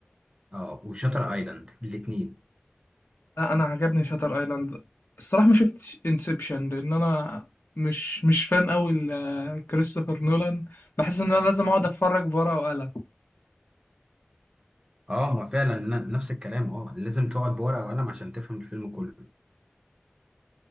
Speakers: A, on the right; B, on the left.
A: اه وشاتر ايلاند الاثنين
B: لا انا عجبني شاتر ايلاند الصراحه ما شفتش انسبشن لان انا مش مش فان قوي لكريستوفر نولان بحس ان انا لازم اقعد اتفرج بورقه وقلم
A: اه ما فعلا ن- نفس الكلام اه لازم تقعد بورقة وقلم عشان تفهم الفيلم كله